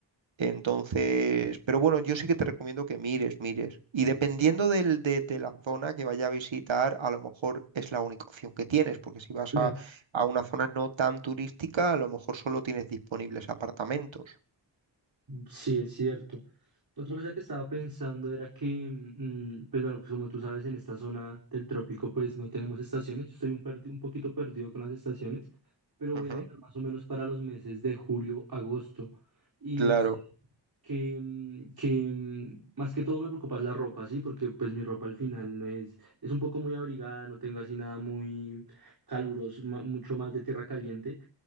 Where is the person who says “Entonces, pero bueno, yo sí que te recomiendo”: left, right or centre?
Right